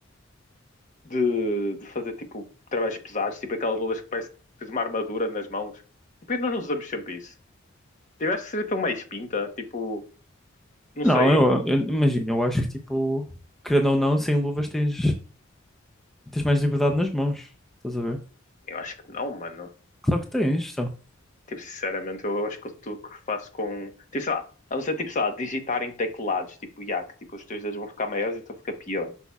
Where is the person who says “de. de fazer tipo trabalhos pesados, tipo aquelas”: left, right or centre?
Left